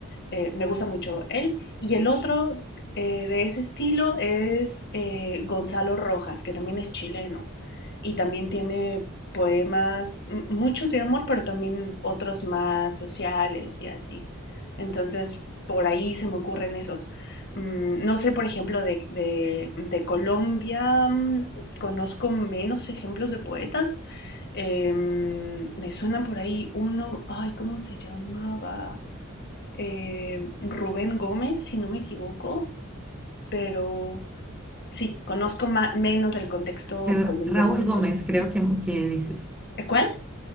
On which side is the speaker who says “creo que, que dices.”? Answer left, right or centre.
Centre